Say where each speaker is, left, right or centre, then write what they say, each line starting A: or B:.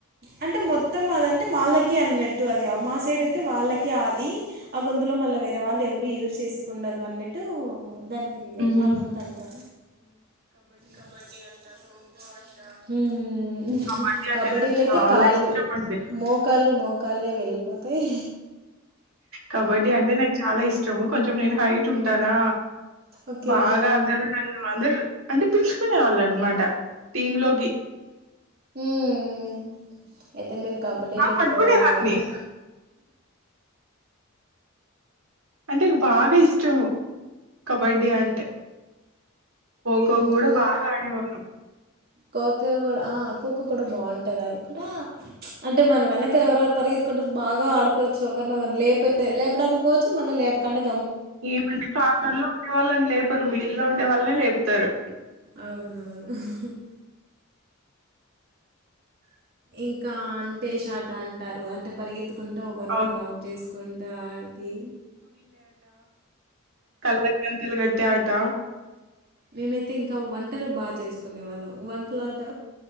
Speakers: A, on the right; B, on the right.
A: అంటే మొత్తం అదంటే వాళ్ళకి అన్నట్టు అది అప్ మా సైడ్ అయితే వాళ్ళకి అది ఆ గొంతులో మళ్ళీ వేరే వాళ్ళు ఎవరు యూజ్ చేసి కుండదు అన్నిట్టు దాని ఫీల్
B: మ్మ్
A: అయ్ ఆగుంత అంటారు కబడ్డీ అంటా ఖోఖో అంట మ్
B: కబడ్డీ అంటే
A: కబడ్డీలో
B: నాకు
A: అయితే
B: చాలా
A: కాళ్ళు
B: ఇష్టం అండి
A: మోకాళ్ళు మోకాళ్ళే వెళ్ళిపోతాయి
B: కబడ్డీ అంటే నాకు చాలా ఇష్టము కొంచం నేను హైట్ ఉంటానా
A: ఓకే
B: బాగా అం అందరు అంటే పిలుచుకునే వాళ్ళు అనమాట టీమ్ లోకి
A: మ్ అయితే మీరు కబడ్డీలో
B: బా పట్టుకునేదాన్ని.
A: ప్రో అన్నమాట
B: అంటే బాగా ఇష్టము కబడ్డీ అంటే కోఖో
A: ఇంకో
B: కూడా బాగా ఆడే వాళ్ళు
A: ఖోఖో కూడా ఆ ఖోఖో కూడా బాగుంటది అది కూడా అంటే మన వెనక ఎవరెవరు పరిగెత్కుంటు బాగా ఆడుకోవచ్చు ఒకరిని ఒకరు లే లేపడానికి పోవచ్చు మళ్ళీ లేప కుండా
B: ఏమంటే కార్నర్ లో ఉండే వాళ్ళని లేపరు మిడిల్లో ఉండే వాళ్ళనే లేపుతారు
A: అవునవును ఇంకా అంటే షాట అంటారు అంటే పరిగ ఎత్తుకుంటూ ఒకరినొకరి
B: అవును.
A: అవుట్ చేసుకుంటా ఆది
B: కళ్ళకు గంతలగట్టె ఆట
A: మేమైతే ఇంకా వంటలు బాగా చేసుకునే వాళ్ళం వంటలాట